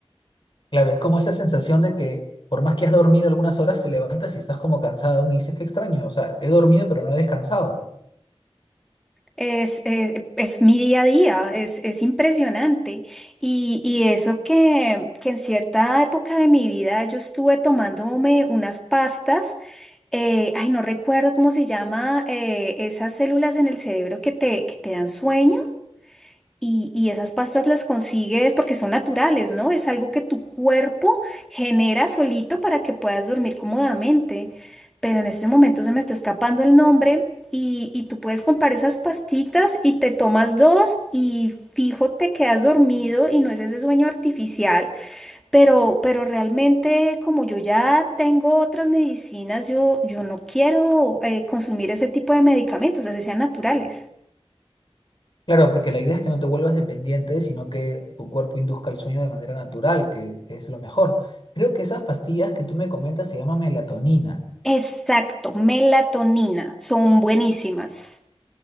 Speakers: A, on the left; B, in the centre.
A: Claro, es como esa sensación de que por más que has dormido algunas horas, te levantas y estás como cansado aún y dices, qué extraño, o sea, he dormido pero no he descansado.
B: Es, es, es mi día a día, es, es impresionante. Y, y eso que, que en cierta época de mi vida yo estuve tomándome unas pastas, eh, ay, no recuerdo cómo se llama, eh, esas células en el cerebro que te, que te dan sueño. Y, y esas pastas las consigues porque son naturales, ¿no? Es algo que tu cuerpo genera solito para que puedas dormir cómodamente. Pero en este momento se me está escapando el nombre y, y tú puedes comprar esas pastitas y te tomas dos y fijo te quedas dormido y no es ese sueño artificial. Pero, pero realmente como yo ya tengo otras medicinas, yo, yo no quiero eh, consumir ese tipo de medicamentos, así sean naturales.
A: Claro, porque la idea es que no te vuelvas dependiente, sino que tu cuerpo induzca el sueño de manera natural, que es lo mejor. Creo que esas pastillas que tú me comentas se llaman melatonina.
B: Exacto, melatonina, son buenísimas.